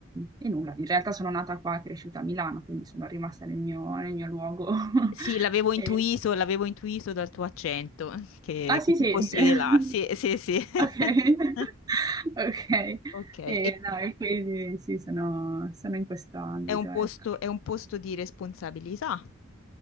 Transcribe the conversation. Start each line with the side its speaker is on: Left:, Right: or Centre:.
Right: e nulla, in realtà sono nata qua e cresciuta a Milano, quindi sono rimasta nel mio, nel mio luogo. <laughs>
Left: Sì, l'avevo intuito,
Right: Eh,
Left: l'avevo intuito dal tuo accento, che,
Right: ah sì,
Left: che tu
Right: sì.
Left: fossi
Right: <laughs>
Left: di là. Sì, sì, sì. <laughs>
Right: Ok, <laughs> ok.
Left: Ok, e
Right: E, no, e quindi sì, sono, sono in questo ambito,
Left: è un posto,
Right: ecco.
Left: è un posto di responsabilità,